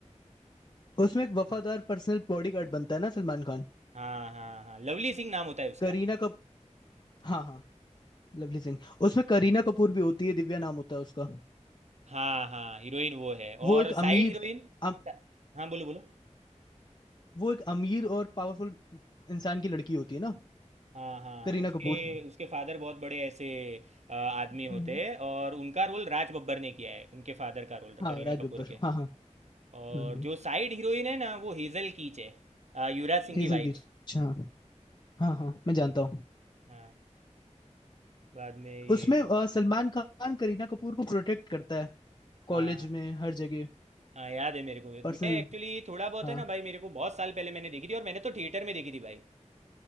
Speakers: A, on the left; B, on the right.
A: उसमें एक वफादार पर्सनल बॉडीगार्ड बनता है ना सलमान खान
B: हाँ हाँ हाँ लवली सिंह नाम होता है उसका
A: करीना कप हाँ हाँ लवली सिंह उसमें करीना कपूर भी होती है दिव्या नाम होता है उसका
B: हाँ हाँ हीरोइन वो है
A: वो
B: और
A: एक
B: साइड
A: अमीर
B: हीरोइन
A: अम,
B: हाँ बोलो बोलो
A: वो एक अमीर और पावरफुल इंसान की लड़की होती है ना
B: हाँ हाँ
A: करीना
B: उसके
A: कपूर
B: उसके फादर बहुत बड़े ऐसे अ, आदमी
A: हम्म
B: होते हैं और उनका रोल राज बब्बर ने किया है उनके फादर का रोल
A: हाँ
B: करीना
A: राज
B: कपूर
A: बब्बर
B: के
A: हाँ हाँ
B: और
A: हम्म
B: जो साइड हीरोइन है ना वो हेजल कीच है आ, युवराज सिंह
A: हेसल
B: की वाइफ
A: की हाँ हाँ हाँ मैं जानता हूँ
B: हाँ बाद में ये
A: उसमें अ, सलमान खान करीना कपूर को प्रोटेक्ट करता है कॉलेज
B: हाँ हाँ
A: में हर जगह
B: हाँ याद है मेरे को ये।
A: पर्सनल
B: मैं एक्चुअली थोड़ा बहुत
A: हाँ
B: है ना भाई मेरे को बहुत साल पहले मैंने देखी थी और मैंने तो थिएटर में देखी थी भाई